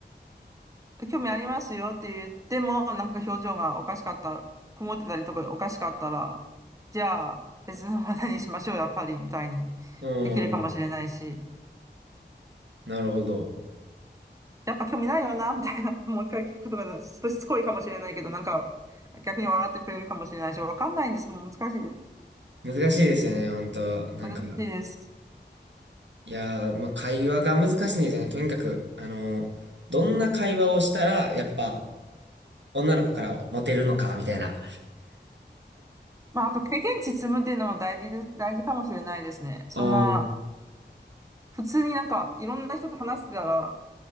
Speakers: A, on the right (about 15°); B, on the right (about 80°).
A: 興味ありますよって言っても、なんか表情がおかしかったら、曇ってたりとかおかしかったら、じゃあ別の話題にしましょう、やっぱり、みたいに
B: うん、
A: できるかもしれないし、
B: なるほど。
A: やっぱ興味ないよな、みたいな、もう一回聞くとか、ちょっとしつこいかもしれないけど、なんか逆に笑ってくれるかもしれないし、わかんないんです。もう難しいです。
B: 難しいですよね、本当なんか、
A: 難しいです。
B: いやー、まあ、会話が難しいんですよね。とにかく、あのーどんな会話をしたら、やっぱ、女の子からモテるのか、みたいな。
A: まあ、あと経験値積むっていうのも大事で、大事かもしれないですね。そんな、
B: ああ、う
A: 普通になんかいろんな人と話してたら、